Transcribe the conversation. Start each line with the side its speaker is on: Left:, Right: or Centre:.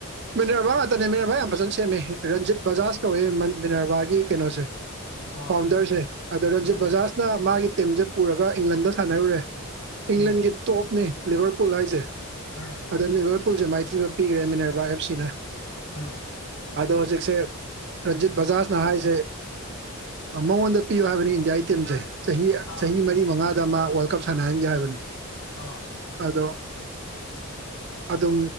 Right: ꯃꯤꯅꯔꯕꯥ ꯉꯥꯛꯇꯅꯦ ꯃꯤꯅꯔꯕꯥ ꯌꯥꯝ ꯐꯖꯅ ꯁꯦꯝꯃꯦ ꯔꯟꯖꯤꯠ ꯕꯖꯥꯖ ꯀꯧꯋꯦ ꯃꯤꯅꯔꯕꯥꯒꯤ ꯀꯩꯅꯣꯁꯦ
Left: ꯑꯣ
Right: ꯐꯥꯎꯟꯗꯔꯁ ꯑꯗ ꯔꯟꯖꯤꯠ
Left: ꯎꯝ
Right: ꯕꯖꯥꯖ ꯅ ꯃꯥꯒꯤ ꯇꯤꯝꯁꯦ ꯄꯨꯔꯒ ꯏꯪꯂꯦꯟꯗ ꯁꯥꯟꯅꯔꯨꯔꯦ ꯏꯪꯂꯦꯟꯒꯤ
Left: ꯎꯝ
Right: ꯇꯣꯞꯅꯤ ꯂꯤꯚꯔ ꯄꯨꯜ ꯍꯥꯏꯁꯦ
Left: ꯑꯥ
Right: ꯑꯗꯨꯝ ꯂꯤꯚꯔ ꯄꯨꯜꯁꯦ ꯃꯥꯏꯊꯤꯕ ꯄꯤꯈ꯭ꯔꯦ ꯃꯤꯅꯔꯕꯥ ꯑꯦꯞ ꯁꯤꯅ
Left: ꯎꯝ
Right: ꯑꯗꯣ ꯍꯧꯖꯤꯛꯁꯦ ꯔꯟꯖꯤꯠ ꯕꯖꯥꯖꯅ ꯍꯥꯏꯔꯤꯁꯦ ꯃꯉꯣꯟꯗ ꯄꯤꯌꯨ ꯍꯥꯏꯕꯅꯤ ꯏꯟꯖꯌꯥꯥꯏ ꯇꯤꯝꯁꯦ ꯆꯍꯤ
Left: ꯑꯥ
Right: ꯆꯍꯤ ꯃꯔꯤ ꯃꯉꯥꯗ ꯑꯃ ꯋꯥꯔꯜ ꯀꯞ ꯁꯥꯟꯅꯍꯟꯖꯦ ꯍꯥꯏꯕꯅꯤ
Left: ꯑꯥ
Right: ꯑꯗꯣ ꯑꯗꯨꯝ